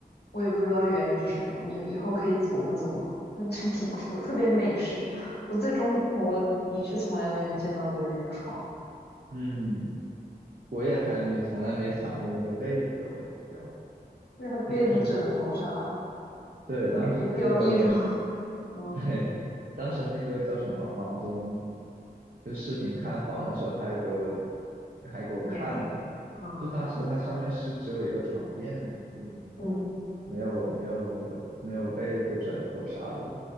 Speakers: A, on the left (about 85°); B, on the right (about 60°).
A: 我也不知道原因是什么，你以后可以琢磨琢磨，嗯，这挺酷，特别美式。我在中国的确从来没有见到过这种床，
B: 嗯，嗯我也还没从来没想过那个被子的问题哦。
A: 就是它被子、
B: 它就是
A: 枕头啥的
B: 对当时那个
A: 都直接掉地上了 <laughs> 嗯，
B: 对，当时那个叫什么房东，就视频看房的时候，他还给我还给我看了一下，
A: 也是，嗯
B: 就当时它上面是只有一个床垫，嗯，
A: 嗯
B: 没有没有没有被子、枕头啥的。